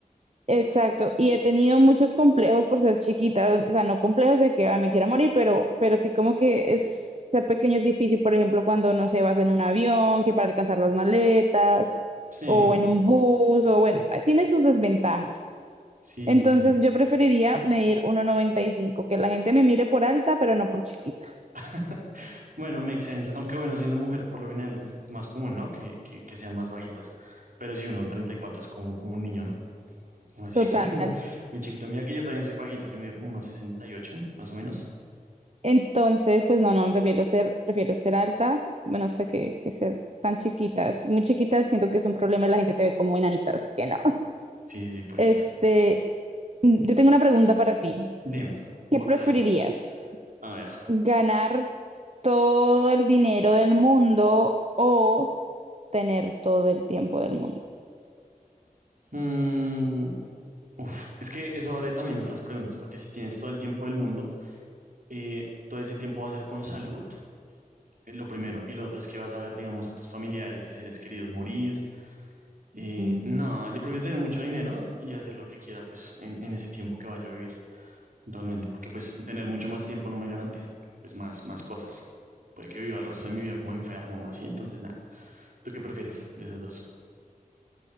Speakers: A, on the right (about 45°); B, on the right (about 65°).
A: Exacto, y he tenido muchos complejos por ser chiquita, o sea, no complejos de que "Ay, me quiera morir, pero, pero sí como que es, ser pequeño es difícil, por ejemplo, cuando no sé vas en un avión, que para alcanzar las maletas,
B: Sí,
A: o en un bus, o bueno, tiene sus desventajas.
B: sí,
A: Entonces
B: sí, sí.
A: yo preferiría medir uno noventa y cinco, que la gente me mire por alta, pero no por chiquita.
B: <laughs> Bueno, makes sense. Aunque bueno, siendo mujer por lo general es, es más común, ¿no? Que, que, que sean más bajitas. Pero si uno 34 es como, como un niño, ¿no? Como así,
A: Total.
B: <laughs> muy, muy chiquito. Mira que yo también soy bajito, yo mido como unos 68, más o menos.
A: Entonces, pues no, no, prefiero ser, prefiero ser alta, no sé qué, que ser tan chiquitas. Muy chiquitas siento que es un problema y la gente te ve como enanita, así que no.
B: Sí, sí, puede
A: Este,
B: ser, puede ser.
A: mm, yo tengo una pregunta para ti.
B: Dime, bótala
A: ¿Qué preferirías?
B: ahí. A ver.
A: ¿Ganar todo el dinero del mundo o tener todo el tiempo del mundo?
B: Mm, uf, es que eso abre también otras preguntas, porque si tienes todo el tiempo del mundo, eh, todo ese tiempo va a ser con salud, eh, lo primero. Y lo otro es que vas a ver, digamos, a tus familiares y seres queridos morir Eh,
A: Ujú.
B: no, yo prefiero tener mucho dinero y hacer lo que quiera, pues, en, en ese tiempo que vaya a vivir, realmente, porque, pues, tener mucho más tiempo no me garantiza, pues, más, más cosas. Puede que viva el resto de mi vida como enfermo o así, entonces, nada. ¿Tú qué prefieres de esos dos?